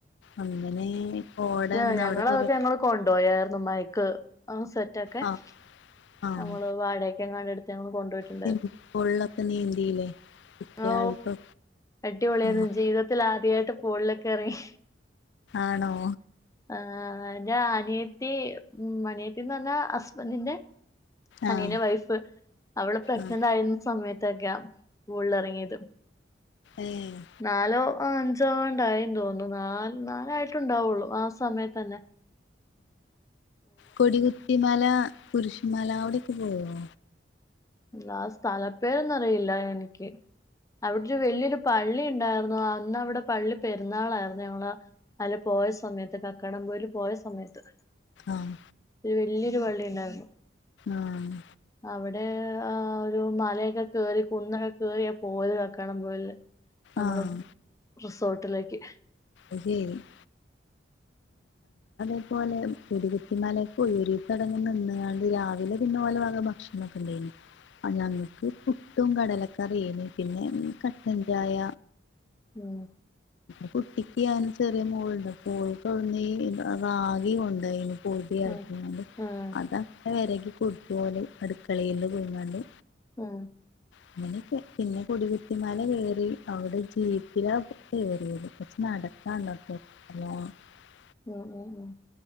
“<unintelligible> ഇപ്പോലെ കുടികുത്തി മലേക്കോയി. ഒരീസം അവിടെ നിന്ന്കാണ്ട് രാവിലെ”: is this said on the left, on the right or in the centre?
Left